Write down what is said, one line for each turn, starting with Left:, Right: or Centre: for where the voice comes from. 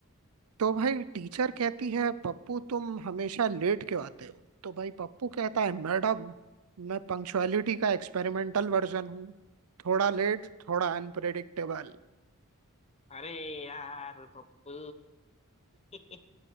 Right: तो भाई टीचर कहती है पप्पू तुम हमेशा लेट क्यों आते हो तो भाई पप्पू कहता है मैडम मैं पंक्चुअलिटी का एक्सपेरिमेंटल वर्जन हूँ थोड़ा लेट थोड़ा unpredictable
Left: अरे यार पप्पू <laughs>